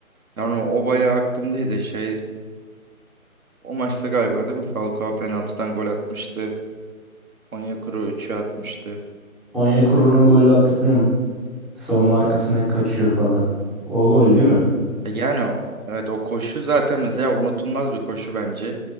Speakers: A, on the right (about 70°); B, in the centre.
A: Yani o bayağı aklımdaydı şey. O maçta galiba değil mi? Falcao penaltıdan gol atmıştı. Onyekuru üçü atmıştı.
B: Onyekuru'nun golü hatırlıyorum. Savunma arkasına kaçıyor falan. O gol değil mi?
A: E, Yani o- evet o koşu zaten mesela unutulmaz bir koşu bence.